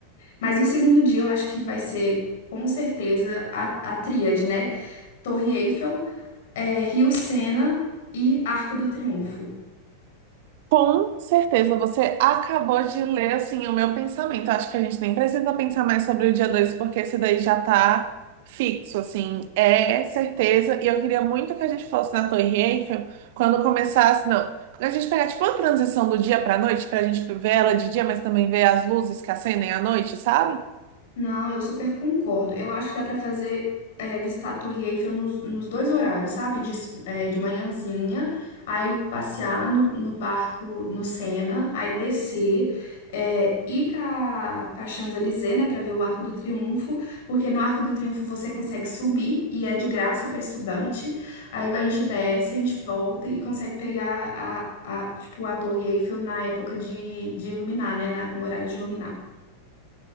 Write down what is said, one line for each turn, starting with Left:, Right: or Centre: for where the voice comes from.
Left: Mas no segundo dia eu acho que vai ser, com certeza, a, a tríade, né? Torre Eiffel, é, Rio Sena e Arco do Triunfo.
Right: com certeza você acabou de ler assim o meu pensamento. Acho que a gente nem precisa pensar mais sobre o dia 2 porque esse daí já tá fixo, assim, é certeza. E eu queria muito que a gente fosse na Torre Eiffel quando começasse, não. A gente pegar tipo uma transição do dia pra noite, pra gente ver ela de dia, mas também ver as luzes que acendem à noite, sabe?
Left: Não, eu super concordo. Eu acho que dá pra fazer é, visitar a Torre Eiffel nos, nos dois horários, sabe? De, s- é, de manhãzinha, aí passear no, no barco no Sena, aí descer, é, ir pra, pra Champs-Élysées, né? Pra ver o Arco do Triunfo, porque no Arco do Triunfo você consegue subir e é de graça pra estudante. Aí a gente desce, a gente volta e consegue pegar a, a, tipo, a Torre Eiffel na época de, de iluminar, né? na- no horário de iluminar.